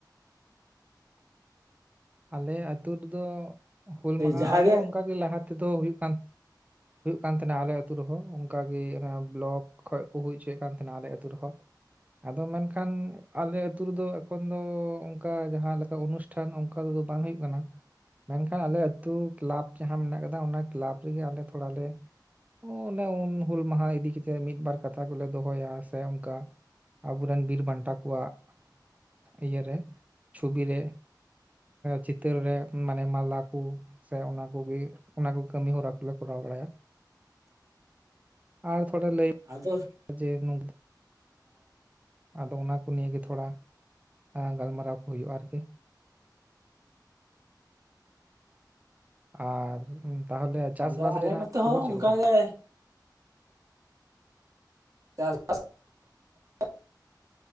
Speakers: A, on the right (about 20°); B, on the right (about 45°).
A: ᱟᱞᱮ ᱟᱛᱩ ᱨᱮᱫᱚ ᱦᱩᱞ ᱢᱟᱦᱟ
B: ᱡᱟᱦᱟᱸᱜᱮ
A: ᱟᱞᱮ ᱦᱚᱸ ᱚᱝᱠᱟ ᱜᱮ ᱞᱟᱦᱟ ᱛᱮᱫᱚ ᱦᱩᱭᱩᱜ ᱠᱟᱱ ᱦᱩᱭᱩᱜ ᱠᱟᱱ ᱛᱟᱦᱮᱸ ᱟᱞᱮ ᱟᱛᱩ ᱨᱮᱦᱚᱸ ᱚᱝᱠᱟ ᱜᱮ ᱚᱱᱮ ᱵᱞᱚᱠ ᱠᱷᱚᱱᱚᱡ ᱠᱚ ᱦᱩᱭ ᱚᱪᱚᱭᱮᱫ ᱠᱟᱱ ᱛᱟᱦᱮᱱ ᱟᱞᱮ ᱟᱛᱩ ᱨᱮᱦᱚᱸ᱾ ᱟᱫᱚ ᱢᱮᱱᱠᱷᱟᱱ ᱟᱞᱮ ᱟᱹᱛᱩ ᱨᱮᱫᱚ ᱮᱠᱷᱚᱱ ᱫᱚ ᱚᱱᱠᱟ ᱡᱟᱦᱟᱸ ᱞᱮᱠᱟ ᱚᱱᱩᱥᱴᱷᱟᱱ ᱚᱱᱠᱟ ᱛᱮᱫᱚ ᱵᱟᱝ ᱦᱩᱭᱩᱜ ᱠᱟᱱᱟ᱾ ᱢᱮᱱ ᱠᱷᱟᱱ ᱟᱞᱮ ᱟᱹᱛᱩ ᱠᱤᱞᱟᱵ ᱡᱟᱦᱟᱸ ᱢᱮᱱᱟᱜ ᱠᱟᱫᱟ ᱚᱱᱟ ᱠᱤᱞᱟᱵ ᱨᱮᱜᱮ ᱟᱞᱮ ᱛᱷᱚᱲᱞᱮ ᱚᱱᱮ ᱩᱱ ᱦᱩᱞ ᱢᱟᱦᱟ ᱤᱫᱤ ᱠᱟᱛᱮᱜ ᱢᱤᱫᱵᱟᱨ ᱠᱟᱛᱷᱟ ᱠᱩᱞᱮ ᱫᱚᱦᱚᱭᱟ ᱥᱮ ᱚᱱᱠᱟ᱾ ᱟᱵᱩ ᱨᱮᱱ ᱵᱤᱨ ᱵᱟᱱᱴᱟ ᱠᱩᱣᱟᱜ ᱤᱭᱟᱹ ᱨᱮ ᱪᱷᱚᱵᱤᱨ ᱨᱮ᱾ ᱪᱤᱛᱟᱹᱨ ᱨᱮ ᱢᱟᱱᱮ ᱢᱟᱞᱟ ᱠᱩ ᱥᱮ ᱚᱱᱟ ᱠᱚᱜᱮ ᱚᱱᱟ ᱠᱚ ᱠᱟᱹᱢᱤ ᱦᱚᱨᱟ ᱠᱚᱞᱮ ᱠᱚᱨᱟᱣ ᱵᱟᱲᱟᱭᱟ᱾
B: <unintelligible>
A: ᱟᱨ ᱛᱷᱚᱲᱟ ᱞᱟᱹᱭ
B: ᱟᱫᱚ
A: ᱡᱮ ᱱᱚ ᱟᱫᱚ ᱚᱱᱟ ᱠᱚ ᱱᱤᱭ ᱜᱮ ᱛᱷᱚᱲᱟ ᱜᱟᱞᱢᱟᱨᱟᱣ ᱠᱩ ᱦᱩᱭᱩᱜᱼᱟ ᱟᱨᱠᱤ ᱟᱨ ᱛᱟᱦᱚᱞᱮ ᱪᱟᱥ
B: ᱟᱫᱚ
A: ᱵᱟᱥ
B: ᱟᱞᱮ
A: ᱨᱮᱱᱟᱜ
B: ᱱᱚᱛᱮ
A: ᱠᱷᱚᱵᱚᱨ
B: ᱦᱚᱸ
A: ᱪᱮᱫ
B: ᱚᱱᱠᱟᱜᱮ
A: ᱞᱮᱠᱟ᱾
B: ᱪᱟᱥ ᱵᱟᱥ <inaudible>